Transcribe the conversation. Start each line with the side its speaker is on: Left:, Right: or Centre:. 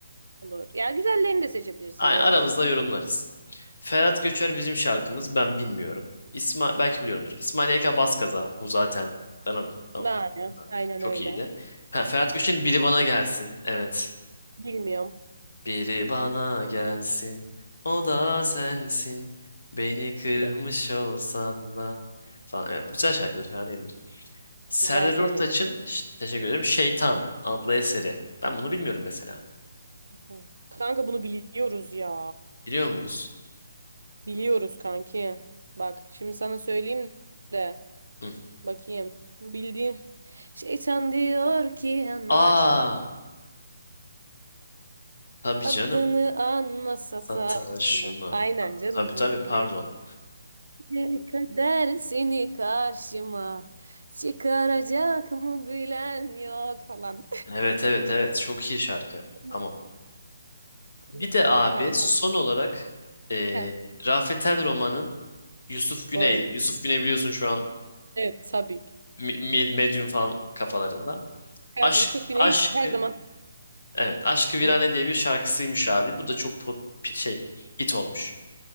Right: olur. Ya güzellerini de seçebilirsin
Left: Aynen
Right: canım.
Left: aramızda yorumlarız. Ferhat Göçer bizim şarkımız. Ben bilmiyorum. İsmail belki biliyorumdur. İsmail YK Baskaza bu zaten. Dananam, dananam,
Right: Yani
Left: dananam.
Right: aynen
Left: Çok
Right: öyle.
Left: iyiydi. Ha, Ferhat Göçer'in Biri Bana Gelsin. Evet.
Right: Bilmiyorum.
Left: Biri bana gelsin, o da sensin. Beni kırmış
Right: Yok,
Left: olsan da falan. Evet, güzel şarkıdır, fena değildir. Serdar
Right: Güzel söyledin.
Left: Ortaç'ın, ş- teşekkür ederim, Şeytan adlı eseri. Ben bunu bilmiyorum mesela.
Right: Tamam. Kanka bunu biliyoruz ya.
Left: Biliyor muyuz?
Right: Biliyoruz kanki. Bak şimdi sana söyleyeyim de
Left: Hı.
Right: bakayım. Bildiğin şeytan diyor ki yanaşın.
Left: Aa, tabii
Right: Adını
Left: canım.
Right: anla sataşına.
Left: Sataşına.
Right: Aynen
Left: Ta-
Right: canım
Left: Tabii
Right: bunu
Left: tabii
Right: bilirim.
Left: pardon.
Right: Bir kader seni karşıma çıkaracak mı bilen yok falan.
Left: Evet evet evet çok iyi şarkı.
Right: <laughs>
Left: Tamam.
Right: Komik
Left: Bir de
Right: oldu
Left: abi
Right: kanka.
Left: son olarak eee
Right: Heh,
Left: Rafet El Roman'ın Yusuf Güney'le.
Right: oy.
Left: Yusuf Güney biliyorsun şu an
Right: Evet tabii ki.
Left: mi- mi- medium falan kafalarında.
Right: Kanka
Left: Aşk
Right: Yusuf Güney
Left: aşkı
Right: her zaman.
Left: evet aşkı virane
Right: Hı.
Left: diye bir şarkısıymış abi. Bu da çok po- pi- şey hit olmuş.